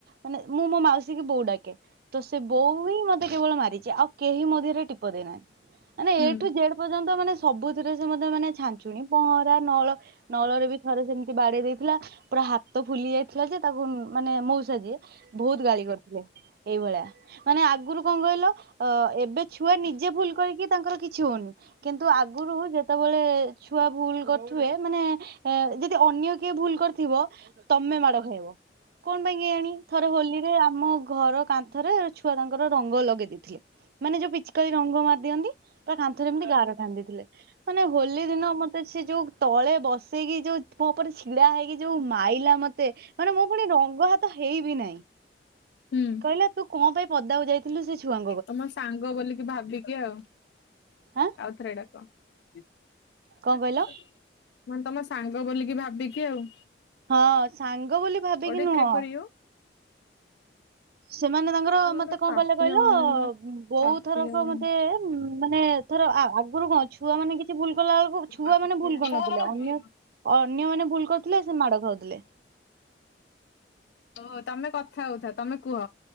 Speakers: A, on the right; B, on the left.
A: ମାନେ ମୁଁ ମୋ ମାଉସୀକୁ ବୋଉ ଡାକେ। ତ ସେ ବୋଉ ହିଁ ମତେ କେବଳ ମାରିଛି ଆଉ କେହି ମୋ ଧିଏରେ ଟିପ ଦେଇନାହାନ୍ତି।
B: ହୁଁ।
A: ଜେଡ ପର୍ଯ୍ୟନ୍ତ ମାନେ ସବୁଥିରେ ସେ ମାନେ ଛାଞ୍ଚୁଣି, ପହଁରା ନଳ ନଳରେ ବି ଥରେ ସେମିତି ବାଡେଇ ଦେଇଥିଲା। ପୁରା ହାତ ଫୁଲିଯାଇଥିଲା ଯେ ତାକୁ ମାନେ ମଉସା ଯିଏ ବହୁତ ଗାଳି କରିଥିଲେ। ଏଇଭଳିଆ ମାନେ ଆଗରୁ କଣ କହିଲ ଅ ଏବେ ଛୁଆ ନିଜେ ଭୁଲ କରିକି ତାଙ୍କର କିଛି ହଉନି। କିନ୍ତୁ ଆଗରୁ ଯେ ଯେତେବେଳେ ଛୁଆ ଭୁଲ କରୁଥିବେ ମାନେ ଯଦି ଅନ୍ୟ କିଏ ଭୁଲ କରିଥିବ? ତମେ ମାଡ ଖାଇବ କଣ ପାଇଁ କେଆଣି ଥରେ ହୋଲିରେ ଆମ ଘର କାନ୍ଥରେ ଛୁଆ ତାଙ୍କର ରଙ୍ଗ ଲଗେଇ ଦେଇଥିଲେ ମାନେ ଯୋଉ ପିଚିକାରି ରଙ୍ଗ ମାରି ଦିଅନ୍ତି। ତା କାନ୍ଥରେ ଏମିତି ଗାର ଟାଣିଦେଇଥିଲେ ମାନେ ହୋଲି ଦିନ ମତେ ସେ ଯୋଉ ତଳେ ବସେଇକି ଯୋଉ ମୋ ଉପରେ ଛିଡା ହେଇକି ଯୋଉ ମାଇଲା ମତେ ମାନେ ମୁଁ ପୁଣି ରଙ୍ଗ ହା ତ ହେଇ ବିି ନାହିଁ।
B: ହୁଁ।
A: କହିଲା ତୁ କଣ ପାଇଁ ପଦାକୁ ଯାଇ ଥିଲୁ ସେ ଛୁଆ
B: ତମ ସାଙ୍ଗ ବୋଲିକି ଭାବିକି ଆଉ
A: ଆଁ
B: ଆଉଥରେ ଡାକ। ମାନେ
A: କଣ କହିଲ?
B: ତମ ସାଙ୍ଗ ବୋଲିକି ଭାବିକି ଆଉ
A: ହଁ ସାଙ୍ଗ ବୋଲି ଭାବିକି
B: ଓଡେ
A: ନୁହଁ
B: ଥ୍ରୀ ଫୋର୍ ୟୁ
A: ସେମାନେ ତାଙ୍କର
B: ନହେଲେ
A: ମତେ କଣ
B: କାଟି
A: କହିଲେ କହ
B: ହବନି
A: ଲ
B: ବା
A: ବୋଉ
B: କାଟି
A: ଥରକ
B: ହବନି।
A: ମତେ ମାନେ ଧର ଆଗରୁ କଣ ଛୁଆ ମାନେ କିଛି ଭୁଲ କଲା ବେଳକୁ ଛୁଆ
B: କାଟି
A: ମାନେ
B: ଛୁଆ
A: ଭୁଲ କରୁନଥିଲେ
B: ମାନେ
A: ଅନ୍ୟ ଅନ୍ୟ ମାନେ ଭୁଲ କରୁଥିଲେ ସେ ମାଡ଼ ଖାଉଥିଲେ।
B: ଓ ତମେ କଥା ହଉଥା ତମେ କୁହ?